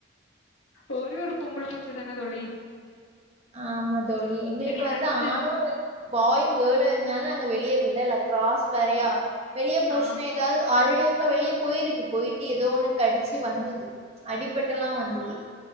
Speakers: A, on the left; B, on the right.
A: ஒரே ஒரு பொம்பள பூச்சி தான தோழி
B: ஆமா தோழி எங்களுக்கு
A: இனி
B: வந்து
A: அடுத்து
B: ஆணு பாயு கேளு இருந்தாலு நாங்க வெளிய விடல க்ராஸ் வேறயா வெளிய போச்சுன்னா
A: ஆ
B: ஏதாவது ஆல்ரெடி ஒருக்க வெளிய போயிருக்கு போயிட்டு ஏதோ ஒன்னு கடிச்சி வந்தது அடிப்பட்டல்லா வந்தது